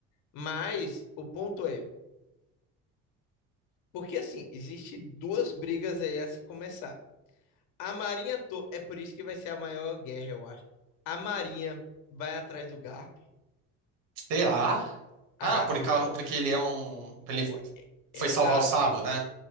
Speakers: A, on the left; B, on the right.
A: Mas o ponto é, porque assim, existe duas brigas aí a se começar. A Marinha, to- é por isso que vai ser a maior guerra, eu acho. A Marinha vai atrás do Garp.
B: Sei lá. Ah,
A: A, Ga-
B: por
A: a
B: causa,
A: Ma-
B: porque ele é um. Ele
A: pô,
B: foi
A: é o
B: salvar
A: Garp.
B: o Sabo, né?